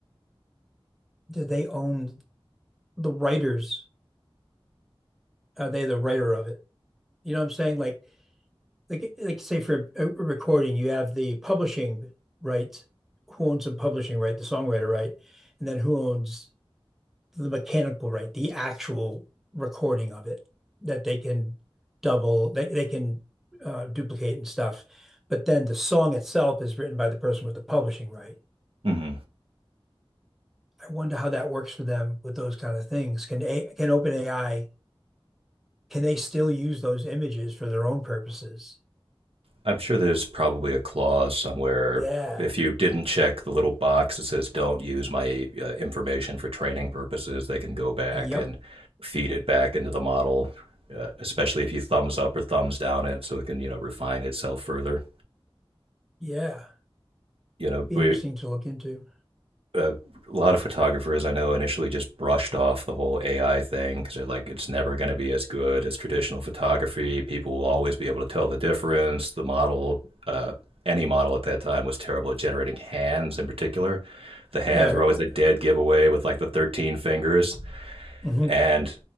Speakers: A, in the centre; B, on the right.
A: do they own the writers? Are they the writer of it? You know what I'm saying? Like, like, like say for a recording, you have the publishing rights. Who owns the publishing right, the songwriter right, and then who owns the mechanical right, the actual recording of it that they can double, they, they can uh, duplicate and stuff. But then the song itself is written by the person with the publishing right.
B: Mm-hmm.
A: I wonder how that works for them with those kind of things. Can a can OpenAI can they still use those images for their own purposes?
B: I'm sure there's probably a clause somewhere.
A: Yeah.
B: If you didn't check the little box that says "Don't use my uh, information for training purposes," they can go back
A: Yep.
B: and feed it back into the model, uh, especially if you thumbs up or thumbs down it, so it can you know refine itself further.
A: Yeah.
B: You know,
A: Be
B: we
A: interesting to look into.
B: a lot of photographers I know initially just brushed off the whole AI thing because they're like, it's never going to be as good as traditional photography. People will always be able to tell the difference. The model, uh, any model at that time, was terrible at generating hands in particular. The hands
A: Yeah.
B: were always a dead giveaway with like the 13 fingers.
A: mhm.
B: And